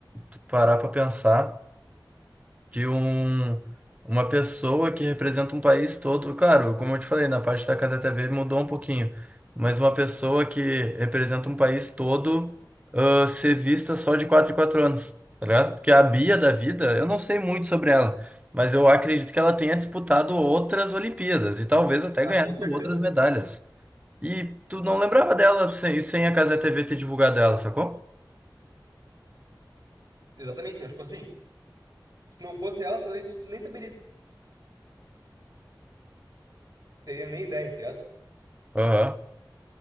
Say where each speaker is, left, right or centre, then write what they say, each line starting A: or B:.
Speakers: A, on the right; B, on the right.
A: tu parar pra pensar. de um, uma pessoa que representa um país todo. Claro, como eu te falei, na parte da Casa TV mudou um pouquinho, mas uma pessoa que representa um país todo ah, ser vista só de 4 em 4 anos, tá ligado? Porque a Bia da vida, eu não sei muito sobre ela, mas eu acredito que ela tenha disputado outras Olimpíadas e talvez até
B: Ah,
A: ganhado
B: com certeza.
A: outras medalhas. E tu não lembrava dela sem, sem a Casa TV ter divulgado ela, sacou?
B: Exatamente, mas tipo assim, se não fosse elas, talvez a gente nem saberia. Teria nem ideia, tá ligado?
A: Aham,